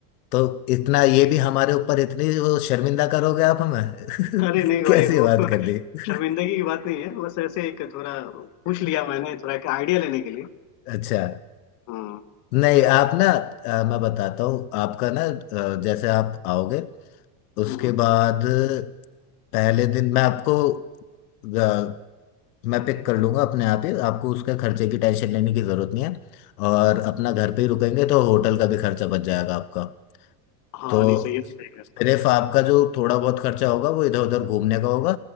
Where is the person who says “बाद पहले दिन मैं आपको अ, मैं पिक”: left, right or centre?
Left